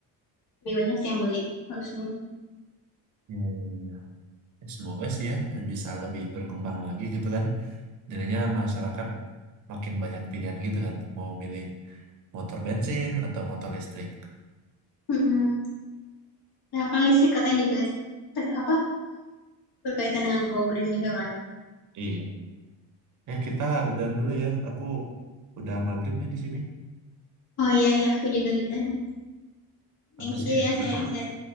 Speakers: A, on the left; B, on the right.
A: lebih banyak sih yang beli harusnya.
B: Iya, iya, iya. Ya, semoga sih ya bisa lebih berkembang lagi gitu kan. Jadinya masyarakat makin banyak pilihan gitu kan. Mau milih motor bensin atau motor listrik.
A: Mm-mm. Nah, kan listrik katanya juga ter- apa berkaitan dengan Go Green juga kan.
B: Iya. Eh, kita udahan dulu ya. Aku udah maghrib nih di sini.
A: Oh iya ya, aku juga jodohnya.
B: Makasih
A: Thank you
B: ya.
A: ya sharing-sharingnya.